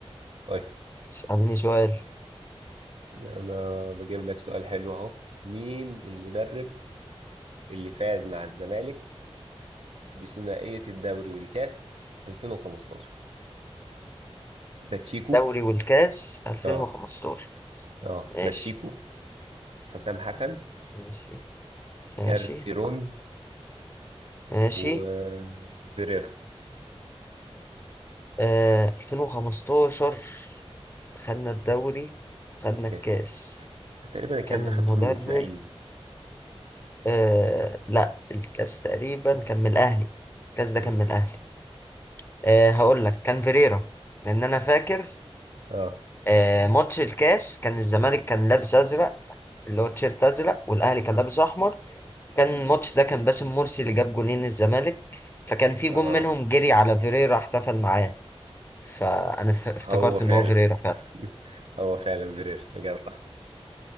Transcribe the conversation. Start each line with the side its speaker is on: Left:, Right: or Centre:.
Right: طيب
Left: اسألني سؤال
Right: انا بجيب لك سؤال حلو اهو مين المدرب اللي فاز مع الزمالك بثنائية الدوري والكاس 2015 باتشيكو
Left: دوري والكاس 2015
Right: اه اه
Left: ماشي
Right: باتشيكو حسام حسن
Left: ماشي ماشي
Right: كارتيرون
Left: ماشي
Right: وفيريرا
Left: آه 2015 خدنا الدوري خدنا
Right: والكاس
Left: الكاس
Right: تقريبا الكاس
Left: كان
Right: ده
Left: المدرب
Right: خدته من الاسماعيلي
Left: آه لا الكاس تقريبا كان من الأهلي الكاس ده
Right: مم.
Left: كان من الأهلي آه هقول لك كان فيريرا لأن أنا فاكر
Right: اه
Left: آه ماتش الكاس كان الزمالك كان لابس أزرق اللي هو تيشيرت أزرق والأهلي كان لابس أحمر كان الماتش ده كان باسم مرسي اللي جاب جولين الزمالك فكان في
Right: اه
Left: جون منهم جري على فيريرا احتفل معاه فأنا ف- افتكرت
Right: هو فعلا
Left: إن هو فيريرا
Right: <laughs> هو فعلا برير إجابة صح